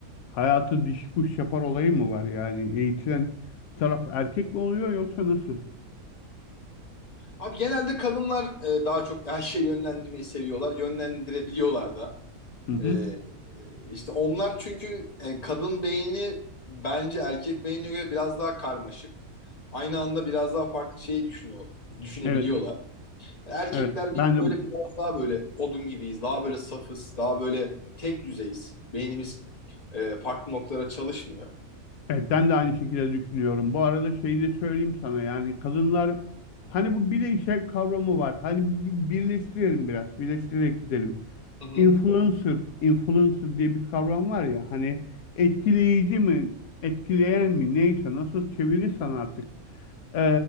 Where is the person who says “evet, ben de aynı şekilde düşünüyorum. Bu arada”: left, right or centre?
Left